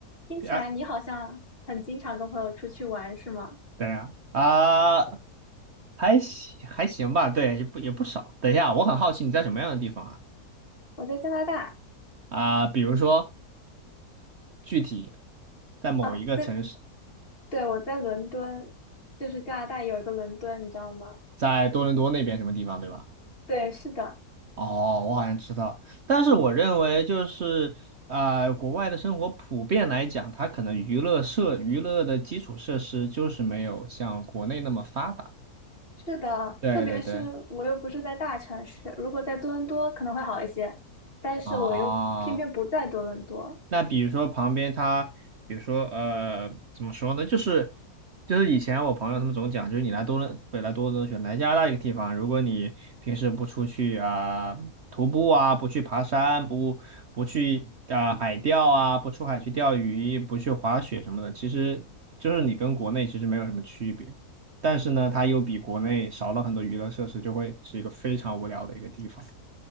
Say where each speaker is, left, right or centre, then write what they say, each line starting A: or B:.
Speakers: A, on the left; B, on the right.
A: 听起来你好像很经常跟朋友出去玩，
B: 哎，
A: 是吗？
B: 等一下啊，还行还行吧，对，也不也不少。等一下，我很好奇你在什么样的地方啊？
A: 我在加拿大
B: 啊、比如说具体在某一个城市，
A: 啊，在，对，我在伦敦，就是加拿大有一个伦敦，你知道吗？
B: 在多伦多那边什么地方，对吧？
A: 对，是的，
B: 哦，我好像知道，但是我认为就是啊、呃国外的生活普遍来讲，它可能娱乐设娱乐的基础设施就是没有像国内那么发达。
A: 是的，
B: 对对对，
A: 特别是我又不是在大城市，如果在多伦多可能会好一些，但是我又偏偏不在多伦多，
B: 啊、那比如说旁边它，比如说呃，怎么说呢？就是就是以前我朋友他们总讲，就是你来多伦北来多伦多选来加拿大一个地方，如果你平时不出去啊、徒步啊，不去爬山，不不去啊、海钓啊，不出海去钓鱼，不去滑雪什么的，其实就是你跟国内其实没有什么区别。但是呢，它又比国内少了很多娱乐设施，就会是一个非常无聊的一个地方。